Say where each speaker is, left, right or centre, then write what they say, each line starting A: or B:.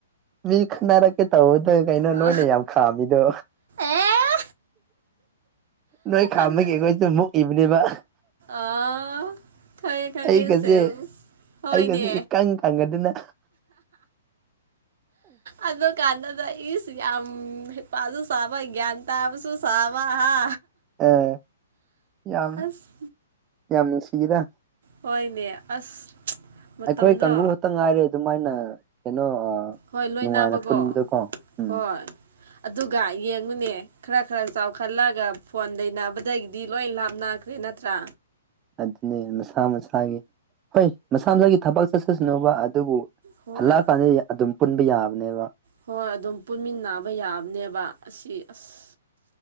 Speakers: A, on the right; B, on the right.
A: ꯃꯤ ꯈꯟꯅꯔ ꯀ ꯇꯧꯕꯗ ꯀꯩꯅꯣ
B: ꯑ
A: ꯅꯣꯏꯅ ꯌꯥꯝ ꯈꯥꯝꯃꯤꯗꯣ
B: ꯑꯦ
A: ꯅꯣꯏ ꯈꯥꯝꯃꯒꯦ
B: ꯑꯗꯨ
A: ꯑꯩꯈꯣꯏꯁꯤ ꯃꯨꯛꯏꯕꯅꯦꯕ
B: ꯑꯥ ꯈꯪꯉꯦ ꯈꯪꯉꯦ
A: ꯑꯩꯒꯁꯦ
B: ꯁꯦꯜꯁ ꯍꯣꯏꯅꯦ
A: ꯑꯩꯒꯁꯦ ꯏꯀꯪ ꯀꯪꯒꯗꯅ
B: ꯑꯗꯨꯗ ꯀꯥꯟꯅꯗ ꯏꯁꯤ ꯌꯥꯝ ꯌꯥꯝ ꯎꯝ ꯄꯁꯨꯨ ꯁꯥꯕ ꯭ꯟ ꯇꯥꯁꯨ ꯁꯥꯕ ꯍꯥ
A: ꯑ ꯌꯥꯝ
B: ꯑꯁ
A: ꯌꯥꯝ ꯅꯨꯡꯁꯤꯒꯗ
B: ꯍꯣꯏꯅꯦ ꯑꯁ ꯃꯇꯝꯗꯣ
A: ꯑꯩꯈꯣꯏ ꯀꯥꯡꯕꯨ ꯈꯛꯇ ꯉꯥꯏꯔꯦ ꯑꯗꯨꯃꯥꯏꯅ ꯀꯩꯅꯣ
B: ꯍꯣꯏ ꯂꯣꯏꯅꯕꯀꯣ
A: ꯅꯨꯡꯉꯥꯏꯅ ꯄꯨꯟꯕꯗꯀꯣ ꯎꯝ
B: ꯍꯣꯏ ꯑꯗꯨꯒ ꯌꯦꯡꯉꯨꯅꯦ ꯈꯔ ꯈꯔ ꯆꯥꯎꯈꯠꯂꯒ ꯐꯣꯟ ꯂꯩꯕꯗꯒꯤꯗꯤ ꯂꯣꯏ ꯂꯥꯞꯅ ꯅꯠꯇ꯭ꯔꯥ
A: ꯑꯗꯨꯅꯦ ꯃꯁꯥ ꯃꯁꯥꯒꯤ ꯍꯣꯏ ꯃꯁꯥ ꯃꯁꯥꯒꯤ ꯊꯕꯛ ꯆꯠꯁꯁꯅꯣꯕ ꯑꯗꯨꯕꯨ
B: ꯍꯣꯏ
A: ꯍꯜꯂꯛꯑꯀꯥꯟꯗ ꯑꯗꯨꯝ ꯄꯨꯟꯕ ꯌꯥꯕꯅꯦꯕ
B: ꯍꯣꯏ ꯑꯗꯨꯝ ꯄꯨꯟꯃꯤꯟꯅꯕ ꯌꯥꯕꯅꯦꯕ ꯑꯁꯤ ꯑꯁ